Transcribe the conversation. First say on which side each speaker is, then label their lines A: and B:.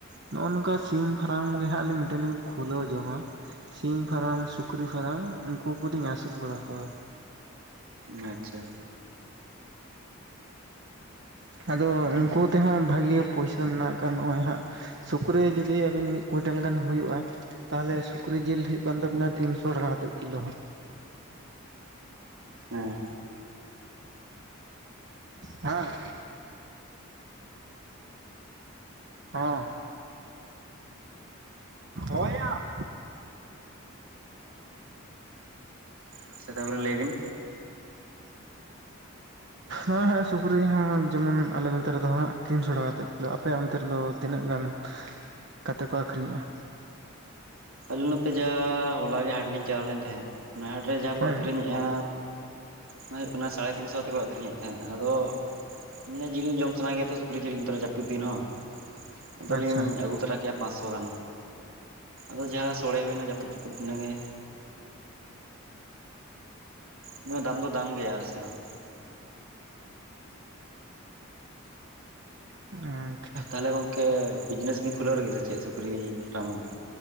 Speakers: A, on the right; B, on the right.
A: ᱱᱚᱜᱼᱚᱭ ᱱᱚᱝᱠᱟ ᱥᱤᱢ ᱯᱷᱨᱟᱢ ᱜᱮ ᱦᱟᱸᱜ ᱞᱤᱧ ᱢᱤᱫᱴᱮᱱ ᱞᱤᱝ ᱠᱷᱩᱞᱟᱹᱣ ᱡᱚᱝᱟ ᱥᱤᱢ ᱯᱷᱟᱨᱟᱢ, ᱥᱩᱠᱨᱤ ᱯᱷᱟᱨᱟᱢ ᱩᱱᱠᱩ ᱠᱚᱞᱤᱧ ᱟᱹᱥᱩᱞ ᱵᱟᱲᱟ ᱠᱚᱣᱟᱹ
B: ᱟᱪᱪᱷᱟ
A: ᱟᱫᱚ ᱩᱱᱠᱩ ᱛᱮᱦᱚᱸ ᱵᱷᱟᱜᱮ ᱯᱩᱭᱥᱟ ᱢᱮᱱᱟᱜ ᱟᱠᱟᱜ ᱱᱚᱜᱼᱚᱭ ᱦᱟᱸᱜ ᱥᱩᱠᱨᱤ ᱡᱩᱫᱤ ᱟᱹᱵᱤᱱ ᱢᱤᱫ ᱠᱩᱭᱱᱴᱟᱞ ᱜᱟᱱ ᱦᱳᱭᱳᱜ ᱟᱭ ᱛᱟᱦᱚᱞᱮ ᱥᱩᱠᱨᱤ ᱡᱤᱞ ᱦᱩᱭᱩᱜ ᱠᱟᱱ ᱛᱟᱵᱤᱱᱟ ᱛᱤᱱᱥᱚ ᱴᱟᱠᱟ ᱠᱟᱛᱮᱫ ᱠᱤᱞᱳ ᱦᱟᱸᱜ
B: ᱦᱮᱸ
A: ᱦᱟᱸ ᱦᱚᱸ ᱦᱳᱭ ᱭᱟ
B: ᱟᱪᱪᱷᱟ ᱛᱟᱯᱚᱨᱮ ᱞᱟᱹᱭ ᱵᱤᱱ?
A: ᱚ ᱦᱚᱭ ᱦᱚᱭ ᱥᱩᱠᱨᱤ ᱦᱚᱸ ᱡᱮᱢᱚᱱ ᱟᱞᱮ ᱱᱚᱱᱛᱮ ᱨᱮᱫᱚ ᱦᱟᱸᱜ ᱛᱤᱱᱥᱚ ᱴᱟᱠᱟ ᱠᱟᱛᱮᱜ ᱠᱤᱞᱳ ᱟᱯᱮᱭᱟᱜ ᱚᱱᱛᱮ ᱨᱮᱫᱚ ᱛᱤᱱᱟᱹᱜ ᱜᱟᱱ? ᱠᱟᱛᱮ ᱠᱚ ᱟᱹᱠᱷᱨᱤᱧᱮᱜᱼᱟ ᱾
B: ᱟᱞᱮ ᱱᱚᱛᱮ ᱡᱟᱦᱟᱸᱻ ᱦᱚᱞᱮ ᱜᱮ ᱦᱟᱴ ᱞᱤᱧ ᱪᱟᱞᱟᱣ ᱞᱮᱱ ᱛᱟᱦᱮᱸᱜ ᱚᱱᱟ ᱦᱟᱴᱨᱮ ᱡᱟᱦᱟᱸ
A: ᱦᱩᱸ
B: ᱠᱚ ᱟᱹᱠᱷᱨᱤᱧᱮᱜᱼᱟ ᱚᱱᱟ ᱦᱳᱜ ᱠᱟᱱᱟ ᱥᱟᱲᱮ ᱛᱤᱱᱥᱚ ᱟᱛᱮᱠᱚ ᱟᱹᱠᱷᱨᱤᱧᱮᱫ ᱛᱟᱦᱮᱸᱜ ᱟᱫᱚ ᱢᱟᱱᱮ ᱡᱤᱞ ᱡᱚᱢ ᱥᱟᱱᱟ ᱜᱮᱭᱟᱛᱚ ᱥᱩᱠᱨᱤ ᱡᱤᱞ <unintelligible> ᱡᱟᱹᱯᱩᱫ ᱫᱤᱱ ᱦᱚᱸ ᱟᱫᱚᱞᱤᱧ
A: ᱟᱪᱪᱷᱟ
B: ᱟᱹᱜᱩ ᱛᱟᱨᱟ ᱠᱮᱜᱼᱟ ᱯᱟᱸᱥᱚ ᱜᱟᱱ ᱟᱫᱚ ᱡᱟᱦᱟᱸ ᱥᱳᱲᱮ ᱦᱳᱭᱱᱟ ᱡᱟᱹᱯᱩᱫ, ᱡᱟᱹᱯᱩᱫ ᱤᱱᱟᱹᱜᱮ <unintelligible> ᱫᱟᱢ ᱫᱚ ᱫᱟᱢ ᱜᱮᱭᱟ ᱟᱞᱮ ᱥᱮᱱ ᱦᱚᱸ
A: ᱟᱪᱪᱷᱟ
B: ᱛᱟᱦᱟᱞᱮ ᱜᱚᱝᱠᱮ ᱵᱤᱡᱽᱱᱮᱥ ᱵᱤᱱ ᱠᱷᱩᱞᱟᱹᱣ ᱞᱟᱹᱜᱤᱫ ᱥᱮ ᱪᱮᱜ ᱥᱩᱠᱨᱤ ᱯᱷᱟᱨᱟᱢ ᱨᱮᱱᱟᱜ?